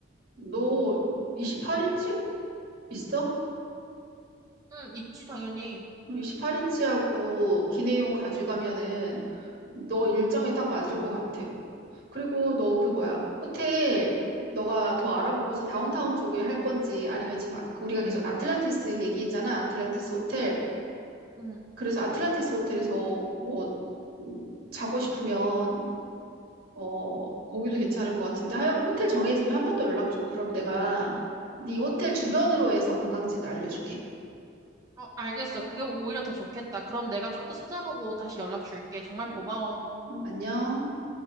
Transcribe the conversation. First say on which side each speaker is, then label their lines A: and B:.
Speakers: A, on the right; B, on the right.
A: 너 28인치 있어?
B: 응, 있지, 당연히.
A: 28인치하고 기내용 가져가면은 너 일정에 딱 맞을 것 같아. 그리고 너 그 뭐야 호텔 너가 더 알아보고서 다운타운 쪽에 할 건지 아니면 지금 아- 우리가 계속 아틀란티스 얘기했잖아. 아틀란티스 호텔.
B: 응,
A: 그래서 아틀란티스 호텔에서 뭐 음, 자고 싶으면 어, 거기도 괜찮을 것 같은데 하여간 호텔 정해지면 한 번 더 연락 줘. 그럼 내가 네 호텔 주변으로 해서 관광지들 알려줄게.
B: 어, 알겠어. 그게 오히려 더 좋겠다. 그럼 내가 좀 더 찾아보고 다시 연락 줄게. 정말
A: 음,
B: 고마워.
A: 음, 안녕.